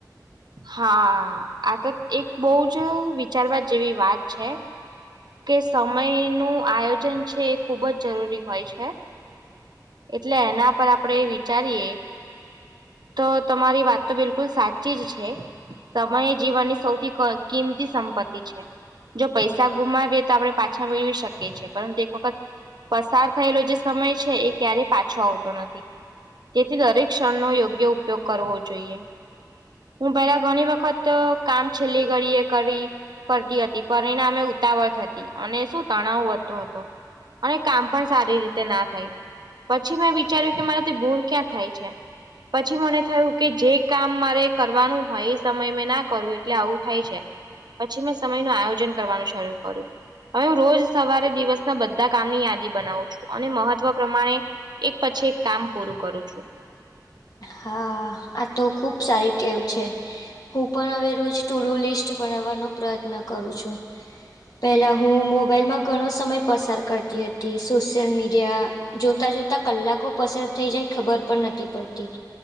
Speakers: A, on the right; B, on the left.
A: હા આ તો એક બહુ જ વિચારવા જેવી વાત છે. કે સમય નું આયોજન છે એ ખુબ જ જરૂરી હોય છે. એટલે એના પર આપણેે વિચારીએ. તો તમારી વાત તો બિલકુલ સાચી જ છે. સમય એ જીવનની સૌથી કિંમતી સંપત્તિ છે. જો પૈસા ગુમાવીએ તો આપણે પાછા મેળવી શકીએ છીએ પરંતુ એક વખત. પસાર થયેલો જે સમય છે એ ક્યારે પાછો આવતો નથી. તેથી દરેક ક્ષણનોો યોગ્ય ઉપયોગ કરવો જોઈએ. હું પેલા ઘણી વખત કામ છેલ્લી ઘડી એ કરી કરતી હતી પરિણામે ઉતાવત હતી અને શું તણાવ વધતો હતો. અને કામ પણ સારી રીતે ના થાય. પછી મેં વિચાર્યું કે મારાથી ભૂલ ક્યાં થાય છે. પછી મને થયું કે જે કામ મારે કરવાનું હોય એ સમય મેં ના કરવું એટલે આવું થાય છે. પછી મેં સમય નુ આયોજન કરવાનું શરૂ કર્યું. હવે હું રોજ સવારે દિવસના બધા કામની યાદી બનાવું છું અને મહત્વ પ્રમાણે એક પછી એક કામ પૂરું કરું છું.
B: હા આ તો ખૂબ સારી ટેવ છે. હું પણ હવે રોજ થોડું લિસ્ટ બનાવાનો પ્રયત્ન કરું છું. પહેલાં હું મોબાઈલમાં ઘણો સમય પસાર કરતી હતી સોશિયલ મીડિયા જોતા જોતા કલાકો પસાર થઈ જાય ખબર પણ નથી પડતી.